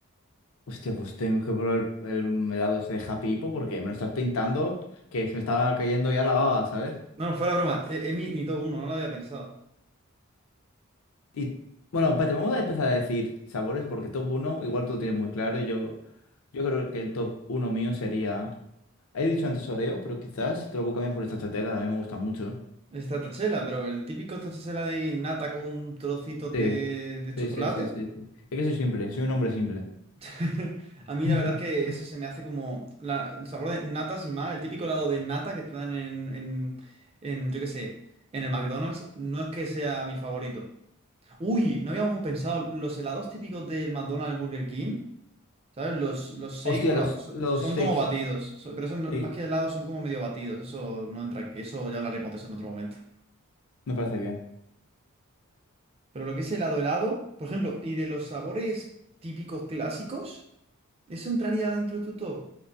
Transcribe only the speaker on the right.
No, no, fuera broma, es, es mi, mi top uno, no lo había pensado.
Es tachela, pero el típico tachela de nata con trocitos
de, de chocolate.
<laughs> A mí
la verdad es que eso se me hace como la- el sabor de nata sin más, el típico helado de nata que te dan en, en, en, yo qué sé, en el McDonald's, no es que sea mi favorito. Uy, no habíamos pensado. Los helados típicos del McDonald's y Burger King, ¿sabes? Los, los
shake, bueno,
so-
son
como batidos. So- pero eso no-
más que helados son como medio batidos. Eso no entra aquí. Eso ya hablaremos de eso en otro momento.
Pero lo que es helado helado, por ejemplo, y de los sabores típicos clásicos, ¿eso entraría dentro de tu top?